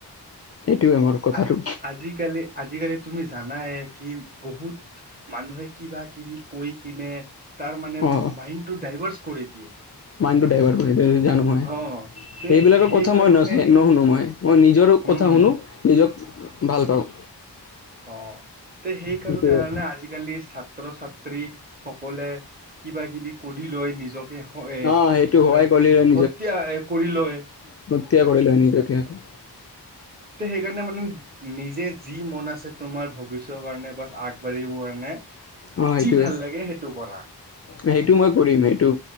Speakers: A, on the left; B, on the right.
A: সেইটোৱে মোৰ কথাটো
B: আজ-আজি কালি আজিকালি তুমি জানা এ কি বহুত মানুহে কিবা কিবি কৈ কিনে তাৰ মানে
A: অঁ
B: মাইণ্ড টো ডাইভাৰ্চ কৰি দিয়ে।
A: ড্ৰাইভাৰ কৰি জানো মই
B: অ তে
A: এই বিলাকৰ
B: সেইকাৰণে
A: কথা মই নুশুনো মই মই নিজৰ
B: হম
A: কথা
B: হম
A: শুনো নিজক ভাল পাওঁ।
B: অ'। তে সেইকাৰণে
A: সেইটোৱে
B: আজিকালি ছাত্ৰ ছাত্ৰী সকলে কিবা কিবি কৰি লৈ নিজক এ
A: অঁ
B: কি
A: সেইটো সহায়
B: কয়
A: কৰি লয়
B: হত্যা এ কৰি লয়।
A: তিয়া কৰি লয় নিজকে সিহঁতি।
B: তে সেইকাৰণে মানে নিজে যি মন আছে তোমাৰ ভৱিষ্যৰ কাৰণে বা আগ গবাঢ়িব কাৰণে
A: অঁ সেইটোৱে
B: যি ভাল লাগে সেইটো কৰা।
A: সেইটো মই কৰিম সেইটো